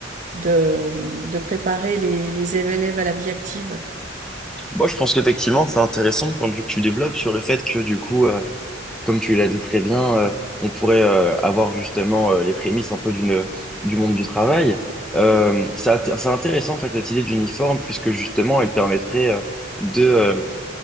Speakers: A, on the right (about 40°); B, in the centre.
A: de, de préparer les, les élèves à la vie active?
B: Moi, je pense qu'effectivement, c'est intéressant le point de vue que tu développes sur le fait que, du coup, euh, comme tu l'as dit très bien, euh, on pourrait euh, avoir justement euh, les prémices un peu d'une du monde du travail. Euh, c'est c'est intéressant en fait cette idée d'uniforme puisque justement elle permettrait euh, de euh,